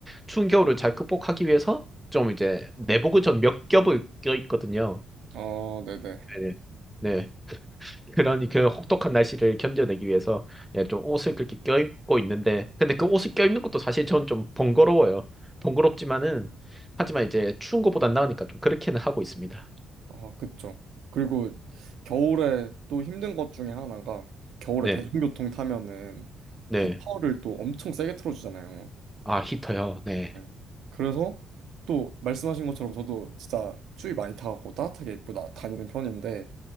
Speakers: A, in the centre; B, on the right.
A: 추운 겨울을 잘 극복하기 위해서 좀 이제 내복을 전 몇 겹을 껴 있거든요.
B: 어, 네네.
A: 네네. 네. 그런 그 혹독한 날씨를 견뎌내기 위해서 예, 좀 옷을 그렇게 껴입고 있는데 근데 그 옷을 껴입는 것도 사실 전 좀 번거로워요. 번거롭지만은 하지만 이제 추운 것보단 나으니까 좀 그렇게는 하고 있습니다.
B: 아, 그쵸. 그리고 겨울에 또 힘든 것 중에 하나가 겨울에
A: 네,
B: 대중교통 타면은
A: 네.
B: 히터를 또 엄청 세게 틀어주잖아요.
A: 아, 히터요. 네,
B: 네. 그래서 또 말씀하신 것처럼 저도 진짜 추위 많이 타갖고 따뜻하게 입고 나, 다니는 편인데